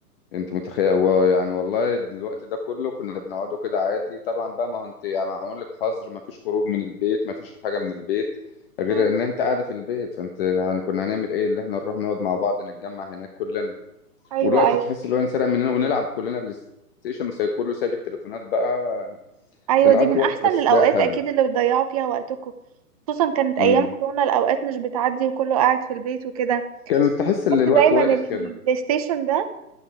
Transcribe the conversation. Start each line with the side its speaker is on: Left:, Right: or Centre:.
Left: انت متخيل هو يعني والله الوقت ده كله كنا بنقعده كده عادي طبعا بقى ما هو انت يعني معمول لك حظر ما فيش خروج من البيت ما فيش حاجة من البيت غير
Right: مم.
Left: ان انت قاعدة في البيت فانت يعني كنا هنعمل ايه اللي احنا نروح نقعد مع بعض نتجمع هناك كلنا
Right: ايوه
Left: والوقت
Right: ايوه
Left: تحس اللي هو انسرق مننا ونلعب كلنا بلاي ستيشن وكله سايب التليفونات بقى
Right: ايوه
Left: بنقضي
Right: دي من
Left: وقت
Right: احسن
Left: بس
Right: الاوقات
Left: ده حلو
Right: اكيد اللي بتضيعوا فيها وقتكم خصوصا كانت ايام
Left: امم
Right: كورونا الاوقات مش بتعدي وكله قاعد في البيت وكده
Left: كان تحس ان
Right: بحس
Left: الوقت
Right: دايما
Left: واقف
Right: ان البلاي
Left: كده
Right: ستيشن ده